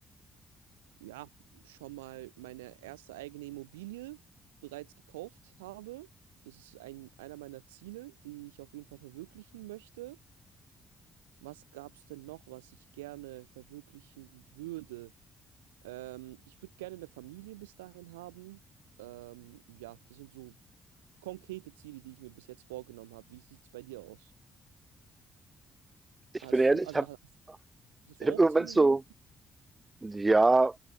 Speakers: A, on the right (about 85°); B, on the right (about 25°).
A: ja, schon mal meine erste eigene Immobilie bereits gekauft habe. Das ist ein, einer meiner Ziele, die ich auf jeden Fall verwirklichen möchte. Was gab es denn noch, was ich gerne verwirklichen würde? Ähm, ich würde gerne eine Familie bis dahin haben. Ähm, ja, das sind so konkrete Ziele, die ich mir bis jetzt vorgenommen habe. Wie sieht es bei dir aus?
B: Ich
A: Hast
B: bin ehrlich,
A: du, also
B: ich habe
A: hast, hast
B: ich
A: du auch
B: hab im Moment
A: Ziele
B: so
A: so in?
B: Ja,